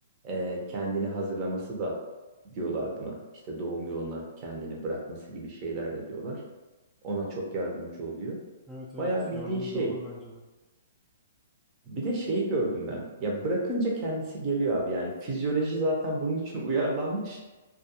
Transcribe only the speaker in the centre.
Evet evet
yardımcı
olur bence de.